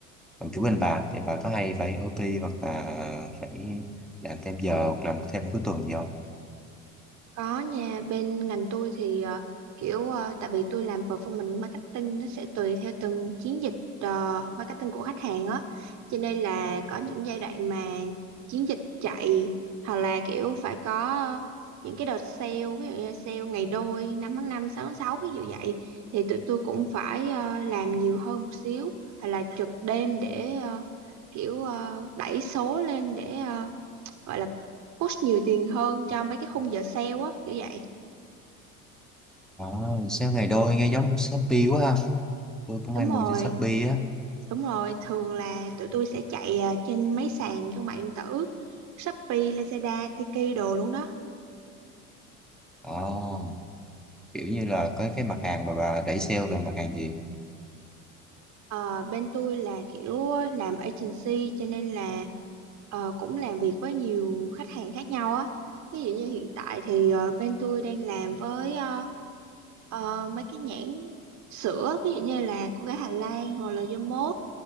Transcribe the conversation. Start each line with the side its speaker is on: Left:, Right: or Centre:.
Centre: còn kiểu bên bà thì bà có hay phải OT hoặc là phải làm thêm giờ hoặc làm thêm cuối tuần gì không
Right: Có nha, bên ngành tôi thì ờ, kiểu ờ, tại vì tôi làm performance marketing nó sẽ tùy theo từng chiến dịch ờ, marketing của khách hàng á. Cho nên là có những giai đoạn mà chiến dịch chạy hoặc là kiểu phải có ờ, những cái đợt sale, ví dụ như sale ngày đôi, 5 tháng 5, 6 tháng 6 ví dụ vậy thì tụi tôi cũng phải ờ, làm nhiều hơn một xíu hoặc là trực đêm để ờ, kiểu ờ, đẩy số lên để ờ, gọi là push nhiều tiền hơn cho mấy cái khung giờ sale á kiểu vậy
Centre: à, sao ngày đôi nghe giống Shopee quá ha tôi cũng
Right: đúng
Centre: hay mua
Right: rồi
Centre: trên Shopee á
Right: đúng rồi thường là tụi tôi sẽ chạy à, trên mấy sàn thương mại điện tử Shopee, Lazada, Tiki đồ luôn đó
Centre: à, kiểu như là có cái mặt hàng mà bà đẩy sale là mặt hàng gì
Right: Ờ, bên tôi là kiểu làm agency cho nên là ờ, cũng làm việc với nhiều khách hàng khác nhau á ví dụ như hiện tại thì ờ, bên tôi đang làm với ờ, ờ, mấy cái nhãn sữa ví dụ như là cô gái Hà Lan hoặc là Yamot